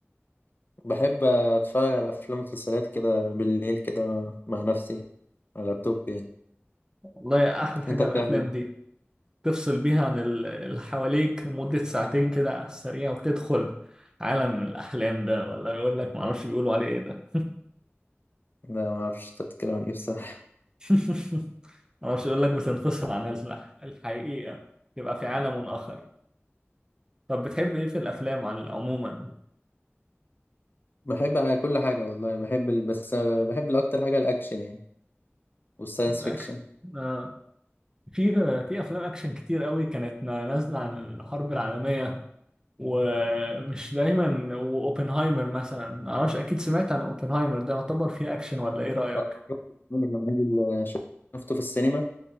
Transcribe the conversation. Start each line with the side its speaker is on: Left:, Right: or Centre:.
Left: بحب أتفرج على أفلام ومسلسلات كده بالليل كده مع نفسي على اللابتوب يعني
Right: والله احلى حاجه
Left: أنت بتعمل
Right: الافلام
Left: ايه؟
Right: دي تفصل بيها عن ال- اللي حواليك مده ساعتين كده على السريع وتدخل عالم الاحلام ده ولا يقول لك ما اعرفش بيقولوا عليه ايه ده
Left: لا معرفش أنت بتتكلم عن ايه بصراحة
Right: <laughs> ما اعرفش يقول لك بتنفصل عن الح- الحقيقه يبقى في عالم اخر طب بتحب ايه في الافلام عل- عموما
Left: <laughs> بحب كل حاجة والله بحب ال... بس آه، بحب الأكتر حاجة الأكشن يعني والساينس
Right: الأكشن
Left: فيكشن
Right: آه. في في أفلام أكشن كتير قوي كانت نازلة عن الحرب العالمية ومش دايما وأوبنهايمر مثلا معرفش أكيد سمعت عن أوبنهايمر ده يعتبر فيه أكشن ولا إيه رأيك؟
Left: آه، شفت الفيلم اللي نزل- شفته في السينما